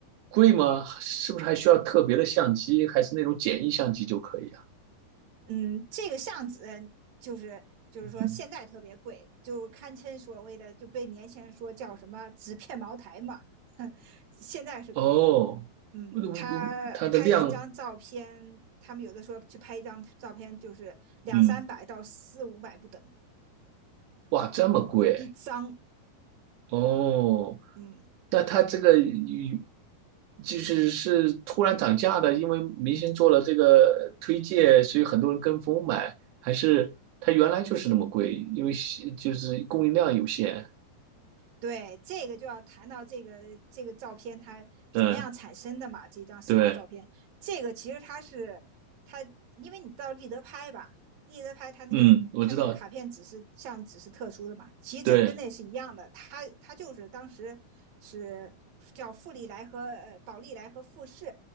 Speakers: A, on the right; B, on the right.
A: 贵吗？是不是还需要特别的相机，还是那种简易相机就可以啊？
B: 嗯，这个相纸就是就是说现在特别贵，
A: 嗯，
B: 就堪称所谓的就被年轻人说叫什么纸片茅台嘛。<laughs> 现在是贵，
A: 哦，
B: 嗯，
A: 呃呃它的量，
B: 他拍一张照片，他们有的说去拍一张照片就是两三百到四五百不等
A: 嗯，哇，这么贵
B: 一张，
A: 哦？
B: 嗯，
A: 那它这个与就是是突然涨价的，因为明星做了这个推荐，所以很多人跟风买，还是它原来就是那么贵，因为是就是供应量有限？
B: 对，这个就要谈到这个这个照片它怎么样产生的嘛？
A: 嗯，
B: 这张撕拉照片，
A: 对。
B: 这个其实它是它，因为你到立德拍吧，立德拍它那个它那个卡片纸是像纸是特殊的嘛，
A: 嗯，我知道，
B: 其实这个跟那是一样的，
A: 对，
B: 它它就是当时是叫富利来和呃宝利来和富士，